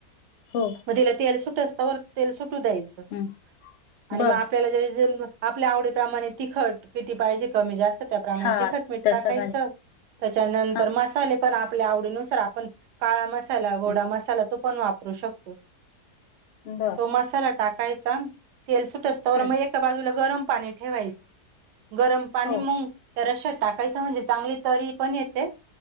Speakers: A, on the left; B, on the right.
A: हो
B: तीला तेल सुटस तरव तेल सुटू द्यायचं
A: हं
B: आणि
A: बर
B: म आपल्या आवडीप्रमाणे तिखट किती पाहिजे कमी जास्त त्याप्रमाणे
A: हा
B: तिखटमीठ
A: तसं
B: टाकायचं
A: घालेल
B: त्याच्यानंतर
A: हा
B: मसाले पण आपल्या आवडीनुसार आपण काळा मसाला गोडा
A: हं
B: मसाला तो पण वापरू शकतो
A: बर
B: तो मसाला टाकायचा तेल सुटस तवर
A: हं
B: म एका बाजूला गरम पाणी ठेवायचं गरम पाणी
A: हो
B: मंग रश्यात टाकायचं म्हणजे, चांगली तरी पण येते